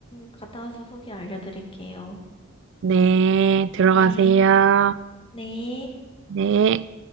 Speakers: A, on the left; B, on the right.
A: 갔다 와서 후기 알려드릴게요.
B: 네, 들어가세요.
A: 네. 네.
B: 네.